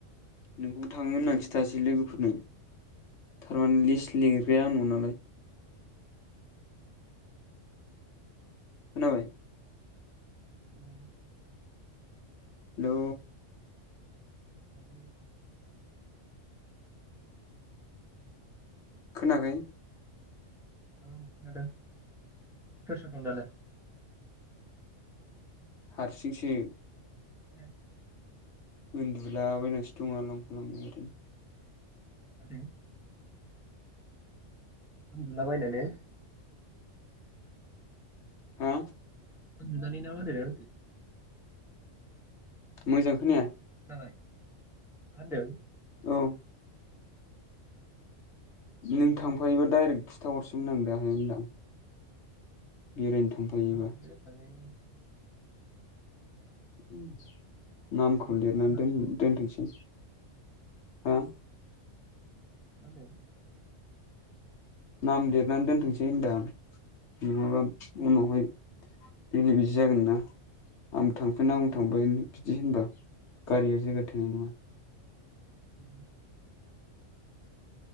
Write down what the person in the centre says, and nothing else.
उम
खोनादो
औ खोनादों सोर सोर दं दालाय?
उम
ओम उन्दुला बायनानै,
उन्दुनानै ना मा होन्दों?
जाबाय मा होनदों
उन्दुदों
ना मा
होनदों थांजायो
न'आव थांसै
ओ
मा होनदों?
उम